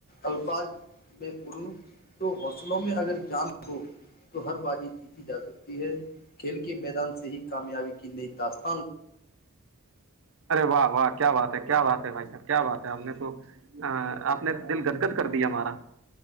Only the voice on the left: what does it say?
الفاظ ج ب تو حوصلوں میں اگر جان ہو تو ہر بازی جیتی جا سکتی ہے کھیل کے میدان سے ہی کامیابی کی نہیں دست